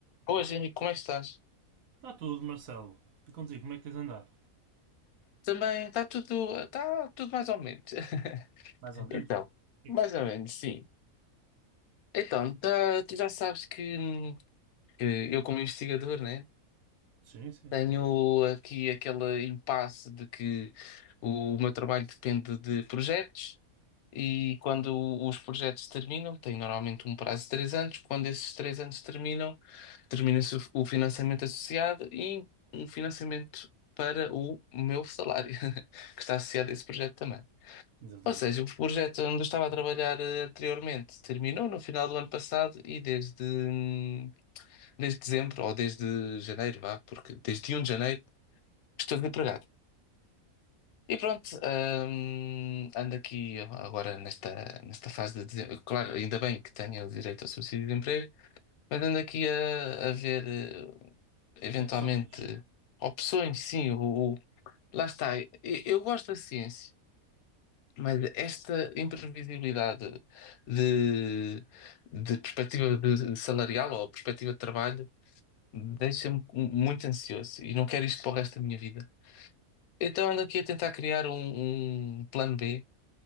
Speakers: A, on the left; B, on the right.
A: Boas, Henrique, como é que estás?
B: Está tudo, Marcelo. E contigo, como é que tens andado?
A: Também está tudo, está tudo mais ou menos. <laughs>
B: Mais ou menos?
A: Então,
B: O que
A: mais
B: é que se-
A: ou menos, sim. Então, tá- tu já sabes que, que eu, como investigador, né,
B: Sim, sim.
A: tenho aqui aquele impasse de que o, meu trabalho depende de projetos e quando os projetos terminam, tem normalmente um prazo de três anos, quando esses três anos terminam, termina-se o, o financiamento associado e um financiamento para o meu salário, <laughs> que está associado a esse projeto também.
B: Exatamente.
A: Ou seja, o projeto onde eu estava a trabalhar eh, anteriormente terminou no final do ano passado e desde, hum, desde dezembro, ou desde janeiro, vá, porque desde um de janeiro estou desempregado. E pronto, hum, ando aqui agora nesta, nesta fase de dezembro. Claro, ainda bem que tenho o direito ao subsídio de emprego, mas ando aqui a, a ver eh, eventualmente
B: Opções.
A: opções, sim, o, o- lá está. Eu, eu gosto da ciência. Mas esta imprevisibilidade de, de perspectiva de- de salarial ou perspectiva de trabalho deixa-me muito ansioso e não quero isto para o resto da minha vida. Então ando aqui a tentar criar um, um plano B,